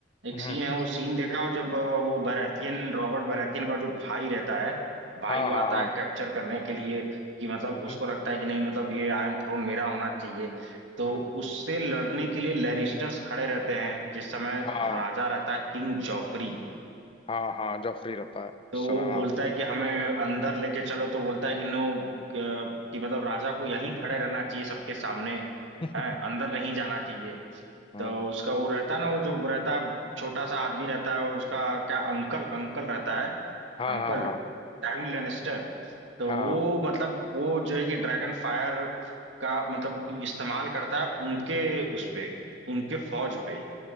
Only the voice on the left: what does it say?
है।
हम्म
हाँ
हाँ
हाँ
हम्म
हम्म,
हाँ
हाँ हाँ जब फ्री रहता है
उस
समय
हाँ
<laughs>
हम्म
हाँ
हाँ हाँ
हाँ